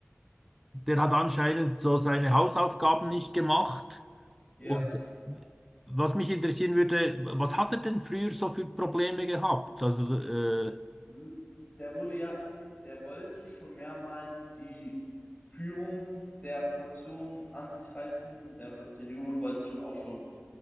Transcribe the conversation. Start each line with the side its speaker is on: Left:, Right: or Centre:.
Centre: der hat anscheinend so seine Hausaufgaben nicht gemacht.
Left: Ja,
Centre: Und was mich interessieren würde, was hat er denn früher so für Probleme gehabt? Also äh,
Left: sie- der wurde ja, der wollte schon mehrmals die Führung der Fraktion an sich reißen. Der CDU und wollte schon auch schon